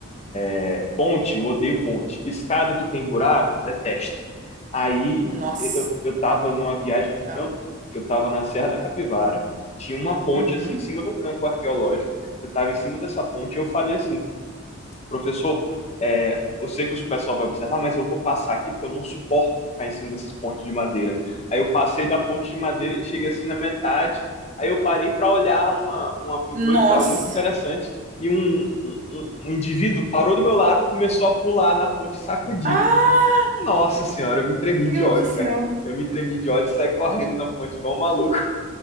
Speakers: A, on the left (about 30°); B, on the right (about 35°).
A: É, ponte, eu odeio ponte. Escada que tem buraco, detesto. Aí
B: Nossa.
A: eu, eu tava numa viagem de
B: Real.
A: campo, que eu tava na Serra da Capivara, tinha uma ponte
B: Uhum.
A: assim em cima de um campo arqueológico. Eu tava em cima dessa ponte, e eu falei assim: Professor, é, eu sei que o pessoal vai observar, mas eu vou passar aqui porque eu não suporto ficar em cima dessas pontes de madeira. Aí eu passei da ponte de madeira e cheguei assim na metade. Aí eu parei para olhar uma, uma pintura
B: Nossa.
A: que estava muito interessante e um, um, um um indivíduo parou do meu lado, começou a pular na ponte e sacudir.
B: Ai,
A: Nossa senhora, eu me tremi
B: meu
A: de ódio,
B: Deus do céu.
A: cara. Eu me tremi de ódio e saí correndo na ponte igual um maluco.